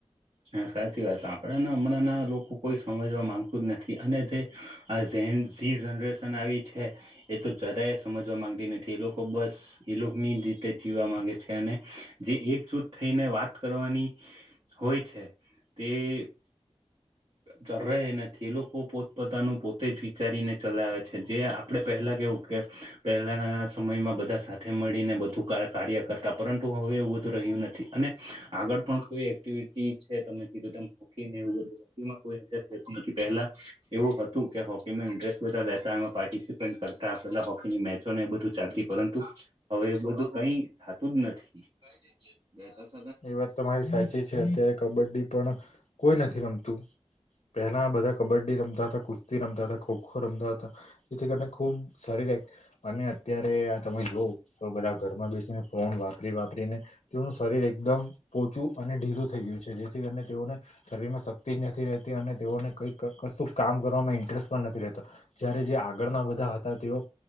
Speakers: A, on the right; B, on the left.
A: હા સાચી વાત આપડે હમણાં ના લોકો કોઈ સમજવા માંગતું જ નથી અને જે આ જી જનરેશન આવી છે એ તો જરા એ સમજવા માંગતી નથી એ લોકો બસ એ લોકોની રીતે જીવવા માંગે છે. અને જે એકજૂથ થઈને વાત કરવાની હોય છે તે જરાય નથી એ લોકો પોતપતાનું પોતે જ વિચારીને ચલાવે છે જે આપડે પહેલા કેવુકે પહેલાના સમયમાં બધા સાથે મળીને બધું કાર્ય કરતા પરંતુ હવે એવુ બધું રહ્યું નથી અને આગળ પણ કોઈ એક્ટિવિટી છે તમે કીધું તેમ હોકીને એવું બધું હોકીમાં ઇન્ટરેસ્ટ લેતુ નથી પેલા એવું હતું કે હોકીમાં ઇન્ટરેસ્ટ લેતા પ્રાટીસીપેનટ કર તા પેલા હોકીની મેચો ને એ બધું ચાલતી પરંતુ હવે બધું કઈ થતું જ નથી. <unintelligible>
B: એ વાત તો તમારી સાચી છે અત્યારે કબડ્ડી પણ કોઈ નથી રમતું પેલા બધા કબડ્ડી રમતા હતા કુસ્તી રમતા ખોખો રમતા હતા જેથી કરીને ખુબ સારી અને અત્યારે તમે જોવ તો બધા ઘરમાં બેસીને ફોન વાપરી વાપરીને તેનું શરીર એક એકદમ પોચું અને ઢીલું થઈ ગયું છે જેથી કરીને તેઓને શરીરમાં શક્તિ જ નથી રહેતી અને તેઓને કઈક કશુ કામ કરવામાં ઇન્ટરેસ્ટ પણ નથી રહેતો જ્યારે જે આગળના બધા હતા તેઓ